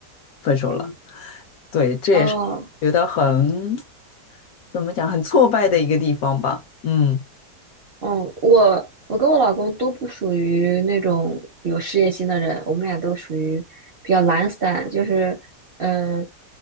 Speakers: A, on the left (about 70°); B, on the right (about 65°).
A: 分手了。对，这也是我觉得很，
B: 哦，
A: 怎么讲，很挫败的一个地方吧。嗯，
B: 嗯，我我跟我老公都不属于那种有事业心的人，我们俩都属于比较懒散，就是嗯，